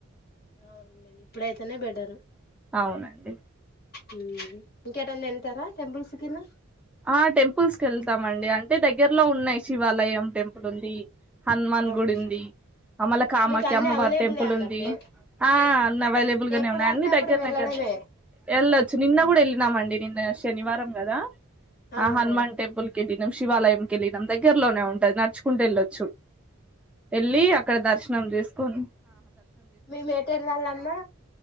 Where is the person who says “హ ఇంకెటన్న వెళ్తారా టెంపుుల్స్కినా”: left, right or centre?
Left